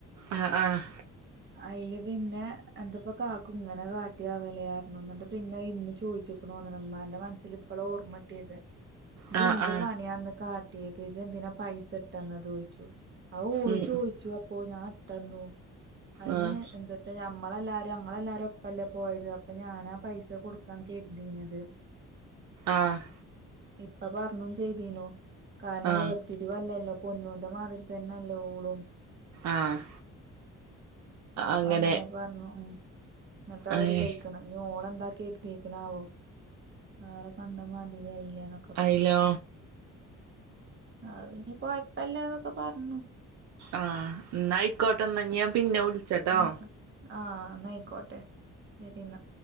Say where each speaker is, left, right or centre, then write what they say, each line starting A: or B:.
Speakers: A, on the right (about 65°); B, on the right (about 40°).
A: ആഹ് ആഹ്
B: അയില് പിന്നെ എന്ത്പ്പാ കാക്കു ഇങ്ങന കാട്ട്യാവലേ അർഞ്ഞു ന്നിട്ട് പിന്നെ ഇന്ന് ചോയിച്ച്ക്ക്‌ണു മ്മാന്റെ മനസ്സില് ഇപ്പോളോ ഓർമ്മട്ട്യത് ഇജ്ജെന്ത്‌
A: ആഹ് ആഹ്
B: പണിയാന്ന് കാട്ട്യത് ഇജ്ജ് എന്തിനാ പൈസട്ടന്നത് ഓയ്ച്ചു ആഹ് ഓള്
A: ഉം
B: ചോയ്ച്ചു അപ്പോ ഞാൻ ഇട്ടന്നു അയിന്
A: ആഹ്
B: എന്തത്ത ഞാ മ്മളെല്ലാരും അങ്ങളല്ലാരും ഒപ്പല്ലേ പോയത് അപ്പൊ ഞാനാ പൈസ കൊട്ക്കാൻ കെര്തീനത്
A: ആഹ്
B: ഇപ്പ പർഞ്ഞും ചെയ്തീനു കാര്ണം
A: ആഹ്
B: വേർത്തിരിവല്ലല്ലോ പൊന്നൂന്റെ മാതിരി തെന്നല്ലേ ഓളും
A: ആഹ്
B: അപ്പൊ
A: അങ്ങനെ
B: അങ്ങന പർഞ്ഞു ഉം ന്നിട്ട് ആ
A: ഏയ്,
B: ഒരു ഇതയ്ക്കണ് ഇനി ഓളെന്താക്കി ഇരുത്തിക്ക്ണ് ആവോ വേറെ കണ്ട മാതിരി ആയില്ലേ ന്നൊക്ക
A: അയിലോ
B: പറിയിണ്ട് അവ് ഇനി കൊയ് പ്പല്ലാന്നൊക്ക പർന്നു
A: ആഹ് ന്നായ്ക്കോട്ടെന്നാ ഇനി ഞാൻ പിന്ന വിളിച്ചട്ടോ
B: ന്നാ ആയിക്കോട്ടെ ആഹ് ന്നായ്ക്കോട്ടെ ശരിന്നാ